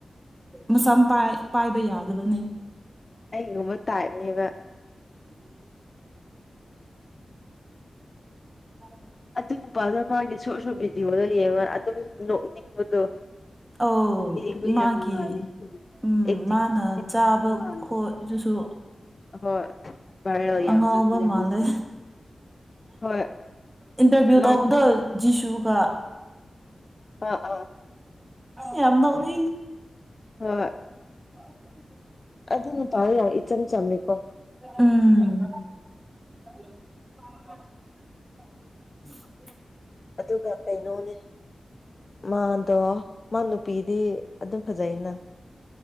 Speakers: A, on the right; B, on the left.
A: ꯃꯁꯥꯝ ꯄꯥꯏꯕ ꯌꯥꯗꯕꯅꯦ
B: ꯒꯃ ꯇ ꯍꯥꯏꯕꯅꯤꯕ
A: ꯎ
B: ꯑꯗꯨ ꯅꯨꯄꯥꯗꯨꯣ ꯃꯥꯒꯤ ꯁꯣꯔꯠ ꯁꯣꯔꯠ ꯚꯤꯗꯤꯑꯣꯗꯣ ꯌꯦꯡꯉ ꯑꯗꯨꯝ ꯅꯣꯛꯅꯤꯡꯕꯗꯣ
A: ꯑ
B: ꯌꯦꯡꯕ
A: ꯃꯥꯒꯤꯦ
B: ꯌꯥꯝ ꯅꯨꯡꯉꯥꯏꯌꯦ
A: ꯎꯝ
B: ꯑꯦꯛꯇꯤꯡ
A: ꯃꯥꯅ ꯆꯥꯕ
B: ꯃꯥꯜꯂꯦ
A: ꯈꯣꯠꯁꯨ
B: ꯍꯣꯏ ꯚꯥꯏꯔꯦꯜ ꯌꯥꯝ
A: ꯑꯉꯥꯎꯕ
B: ꯆꯠꯄꯅꯦ
A: ꯃꯥꯜꯂꯦ
B: ꯑꯗꯨꯁꯨ ꯍꯣꯏ
A: ꯏꯟꯇꯔꯚꯤꯌꯨ
B: ꯃꯥ
A: ꯇꯧꯕꯗꯣ
B: ꯅꯨꯄꯥ
A: ꯖꯤꯁꯨꯒ
B: ꯑꯥ ꯑꯥ
A: ꯌꯥꯝꯅꯒ
B: ꯍꯣꯏ
A: ꯑ
B: ꯑꯗꯨꯅ ꯄꯥꯎ ꯌꯥ ꯏꯆꯝ ꯆꯝꯃꯤꯀꯣ
A: ꯎꯝ <unintelligible>
B: ꯑꯗꯨꯒ ꯀꯩꯅꯣꯅꯦ ꯃꯥꯗꯣ ꯃꯥ ꯅꯨꯄꯤꯗꯤ ꯑꯗꯨꯝ ꯐꯖꯩꯩꯅ